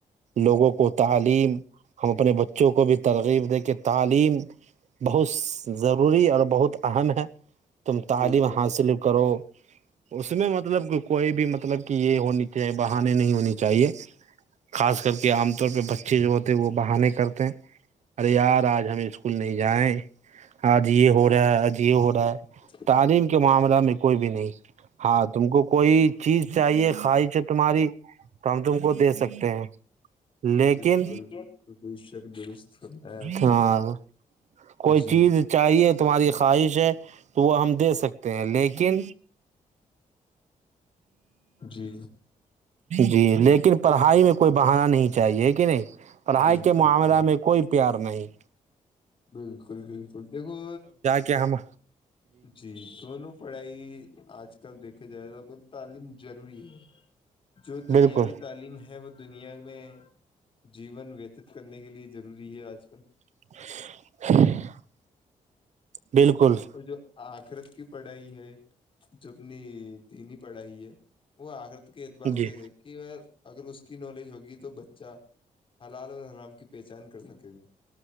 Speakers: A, on the right (about 60°); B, on the left (about 40°).
A: لوگوں کو تعلیم ہم اپنے بچوں کو بھی ترغیب دے کے تعلیم بہت ضروری اور بہت اہم ہے تم تعلیم
B: بے شک
A: حاصل کرو اس میں مطلب کوئی بھی مطلب کہ یہ ہونی چاہیے بہانے نہیں ہونی چاہیے خاص کر کے عام طور پہ بچے جو ہوتے ہیں وہ بہانے کرتے ہیں ارے یار آج ہم اسکول نہیں جائائے آج یہ ہو رہا ہے آج یہ ہو رہا ہے
B: <unintelligible>
A: تعلیم کے معاملہ میں کوئی بھی نہیں ہاں تم کو کوئی چیز چاہیے خواہش تمہاری تو ہم تم کو دے سکتے ہیں لیکن
B: بالکل بالکل بے شک درست فرمایا آپ
A: ہاں
B: نے
A: کوئی
B: جی
A: چیز چاہیے تمہاری خواہش ہے تو وہ ہم دے سکتے ہیں لیکن
B: جی
A: جی لیکن پڑھائی میں کوئی بہانا نہیں چاہیے کہ نہیں پڑھائی
B: بالکل
A: کے معاملہ
B: بالکل
A: میں کوئی پیار نہیں
B: بالکل بالکل دیکھو
A: کیامہ
B: جی دونوں پڑھائی آج کل دیکھا جائے توا تعلیم ضروری ہے جو دنیاوی
A: بالکل
B: تعلیم ہے وہ دنیا میں جیون ویتت کرنے کے لیے ضروری ہے آج کل
A: <inaudible> بالکل
B: اور جو آخرت کی پڑھائی ہے جو اپنی دینی پڑھائی ہے وہ آخرت کے اعتبار
A: جی
B: سے ہے کہ اگر اس کی نالج ہوگی تو بچہ حلال اور حرام کی پہچان کر سکے گا